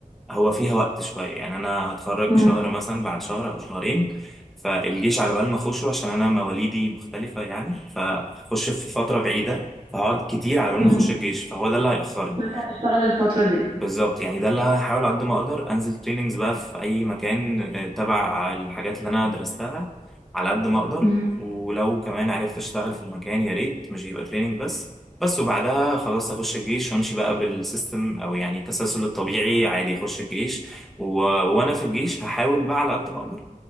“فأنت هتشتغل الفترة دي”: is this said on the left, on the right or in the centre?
Right